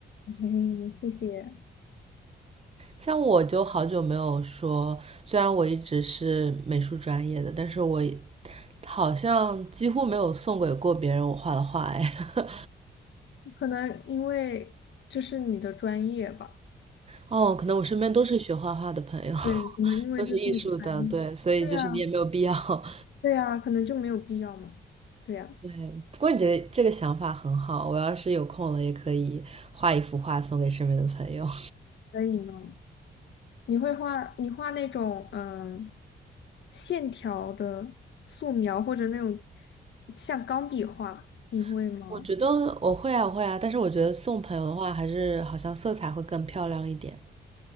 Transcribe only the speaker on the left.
嘿嘿，谢谢。
可能因为这是你的专业吧？
对，可能因为这是你的专业。
对呀，
对呀，可能就没有必要嘛。对呀。
可以吗？你会画，你画那种嗯线条的素描，或者那种像钢笔画，你会吗？